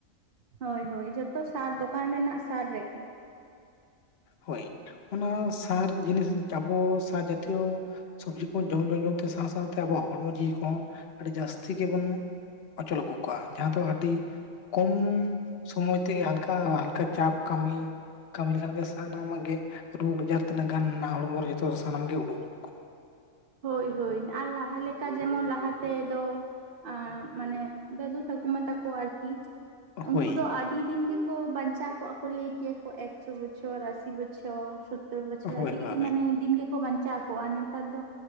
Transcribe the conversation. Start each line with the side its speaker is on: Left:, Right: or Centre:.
Right: ᱦᱳᱭ ᱦᱳᱭ ᱡᱷᱚᱛᱚ ᱥᱟᱨ ᱫᱚᱠᱟᱱ ᱨᱮᱱᱟᱜ ᱥᱟᱨ ᱨᱮᱜᱮ ᱾
Left: ᱦᱳᱭ ᱚᱱᱟ ᱥᱟᱨ ᱡᱤᱱᱤᱥ ᱡᱟᱵᱚ ᱥᱟᱨ ᱡᱟᱛᱤᱭᱚ ᱥᱚᱵᱽᱡᱤ ᱠᱚᱵᱚᱱ ᱡᱚᱢ ᱡᱚᱢᱛᱮ ᱥᱟᱶ ᱥᱟᱶᱛᱮ ᱟᱵᱚᱣᱟᱜ ᱦᱚᱲᱢᱚ ᱡᱤᱣᱤ ᱠᱚᱦᱚᱸ ᱟᱹᱰᱤ ᱡᱟᱹᱥᱛᱤ ᱜᱮᱵᱚᱱ ᱚᱪᱚᱞ <unintelligible> ᱠᱚᱣᱟ ᱡᱟᱦᱟᱸ ᱫᱚ ᱟᱹᱰᱤ ᱠᱚᱢ ᱥᱚᱢᱚᱭ ᱛᱮᱜᱮ ᱦᱟᱞᱠᱟ ᱦᱟᱞᱠᱟ ᱪᱟᱯ ᱠᱟᱹᱢᱤ ᱠᱟᱹᱢᱤ ᱞᱮᱠᱷᱟᱱ ᱜᱮ ᱥᱟᱱᱟᱢᱟᱜ ᱜᱮ ᱨᱳᱜᱽ ᱟᱡᱟᱨ ᱛᱤᱱᱟᱹᱜ ᱜᱟᱱ ᱦᱚᱲᱢᱚ ᱨᱮ ᱡᱚᱛᱚ ᱥᱟᱱᱟᱢ ᱜᱮ ᱩᱰᱩᱠ ᱦᱤᱡᱩᱜ ᱠᱟᱱᱟ
Right: ᱦᱳᱭ ᱦᱳᱭ ᱟᱨ ᱞᱟᱦᱟ ᱞᱮᱠᱟ ᱡᱮᱢᱚᱱ ᱞᱟᱦᱟ ᱛᱮᱫᱚ ᱟ ᱢᱟᱱᱮ ᱫᱟᱹᱫᱩ ᱴᱷᱟᱹᱠᱩᱢᱟ ᱛᱟᱠᱚ ᱟᱨᱠᱤ ᱩᱱᱠᱩ
Left: ᱦᱳᱭ
Right: ᱫᱚ ᱟᱹᱰᱤ ᱫᱤᱱ ᱜᱮᱠᱚ ᱵᱟᱧ ᱪᱟ ᱠᱚᱜᱼᱟ ᱠᱚ ᱞᱟᱹᱭ ᱠᱮᱭᱟ ᱠᱚ ᱮᱠᱥᱚ ᱵᱚᱪᱷᱚᱨ ᱟᱥᱤ ᱵᱚᱪᱷᱚᱨ ᱥᱳᱛᱛᱚᱨ ᱵᱚᱪᱷᱚᱨ
Left: ᱦᱳᱭ
Right: ᱟᱹᱰᱤ
Left: ᱦᱳᱭ
Right: ᱢᱟᱱᱮ ᱫᱤᱱ ᱜᱮ ᱵᱟᱧᱪᱟᱣ ᱠᱚᱜᱼᱟ, ᱱᱮᱛᱟᱨ ᱫᱚ